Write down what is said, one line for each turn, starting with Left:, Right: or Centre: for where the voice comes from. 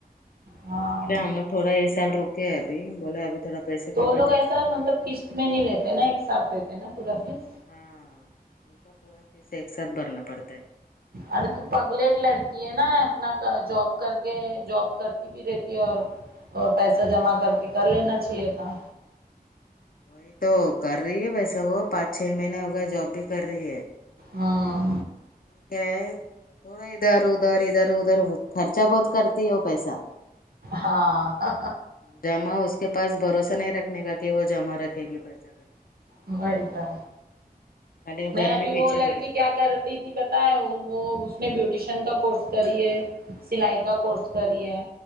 Right: ہاں
Left: تو اس کے لیے ہم لوگ تھوڑا یہ سال رکے ابھی بولے ابھی تھوڑا پیسے
Right: تو
Left: کا
Right: لوگ
Left: بجٹ
Right: ایسا مطلب
Left: دیکھنے۔
Right: قشط میں نہیں لیتے نا ایک ساتھ لیتے نا پورا فیس
Left: ہاں ان کا پورا فیس ایک ساتھ بھرنا پڑتا ہے
Right: ارے تو پگلیٹ لڑکی ہے نا اپنا ک جاب کر کے جاب کر کے بھی رہتی اور اور پیسہ جمع کر کے کر لینا چاہیے تھا
Left: یہ تو کر رہی ہے ویسا وہ پانچ چھ مہینے ہو گئے جاب بھی کر رہی ہے
Right: ہاں
Left: کیا ہے تھوڑا ادھر ادھر ادھر ادھر ہو خرچہ بہت کرتی ہے وہ پیسہ
Right: ہاں
Left: جمع اس کے پاس بھروسہ نہیں رکھنے کا کہ وہ جمع رکھے گی پیسہ
Right: پیسہ
Left: خالی وہ
Right: نہیں
Left: گھر
Right: ابھی
Left: میں پیچھے
Right: وہ لڑکی
Left: پڑے
Right: کیا کرتی تھی پتا ہے وہ اس نے بیوٹیشن کا کورس کری ہے سلائی کا کورس کری ہے